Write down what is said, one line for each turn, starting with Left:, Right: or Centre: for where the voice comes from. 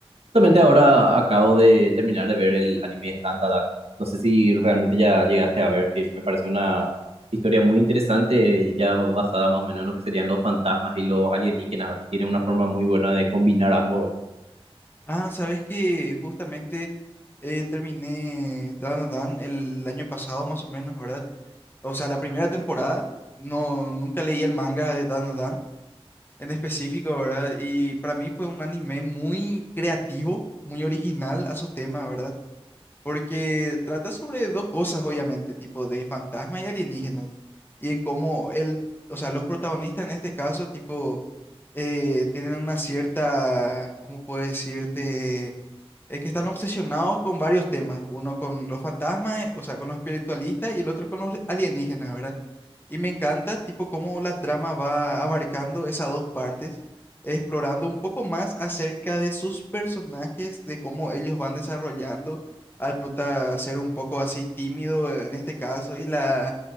Right: Justamente ahora acabo de terminar de ver el anime Tandadak. No sé si realmente ya llegaste a ver, que me parece una historia muy interesante, y ya basada más o menos en lo que serían los fantasmas y los alienígenas, ¿verdad? Tiene una forma muy buena de combinar ambos, ¿verdad?
Left: Ah, sabes que justamente eh, terminé Dan a Dan el año pasado más o menos, ¿verdad? O sea, la primera temporada, no, nunca leí el manga de Dan a Dan en específico, ¿verdad? Y para mí fue un anime muy creativo, muy original a su tema, ¿verdad? Porque trata sobre dos cosas, obviamente, tipo de fantasmas y alienígenas, y en cómo el, o sea, los protagonistas en este caso, tipo, eh, tienen una cierta, ¿cómo puedo decirte? Es que están obsesionados con varios temas, uno con los fantasmas, eh, o sea, con los espiritualistas y el otro con los alienígenas, ¿verdad? Y me encanta, tipo, cómo la trama va abarcando esas dos partes, explorando un poco más acerca de sus personajes, de cómo ellos van desarrollando al prota ser un poco así tímido eh, en este caso y la,